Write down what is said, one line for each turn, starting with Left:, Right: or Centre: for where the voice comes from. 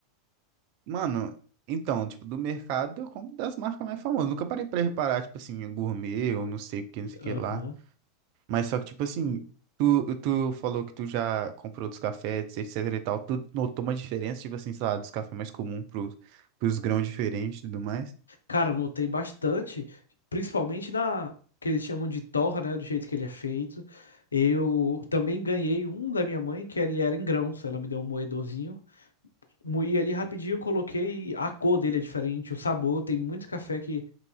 Right: Mano, então, tipo, do mercado eu compro das marcas mais famosas. Nunca parei pra reparar, tipo assim, gourmet ou não sei o que, não sei o
Left: Aham.
Right: que lá. Mas só que, tipo assim, tu, tu falou que tu já comprou dos cafés, etc e tal. Tu notou uma diferença, tipo assim, sei lá, dos cafés mais comuns pros, pros grãos diferentes e tudo mais?
Left: Cara, eu notei bastante, principalmente na que eles chamam de torra, né? Do jeito que ele é feito. Eu também ganhei um da minha mãe, que ele era em grãos. Ela me deu um moedorzinho. Moí ali rapidinho, coloquei. A cor dele é diferente, o sabor. Tem muito café que